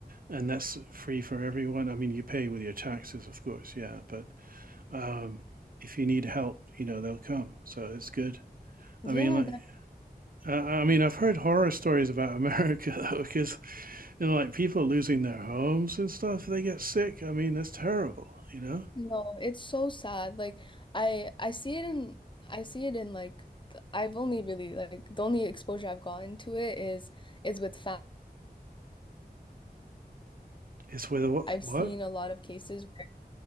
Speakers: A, on the right (about 60°); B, on the left (about 30°).
A: and that's free for everyone. I mean, you pay with your taxes, of course, yeah, but um, if you need help, you know, they'll come. So it's good.
B: Yeah,
A: I mean, like,
B: that.
A: uh, I mean, I've heard horror stories about America <laughs> though, because you know, like people losing their homes and stuff, they get sick. I mean, that's terrible, you know?
B: No, it's so sad. Like I I see it in I see it in like th- I've only really like the only exposure I've gotten to it is is with fat.
A: It's with what,
B: I've
A: what?
B: seen a lot of cases where,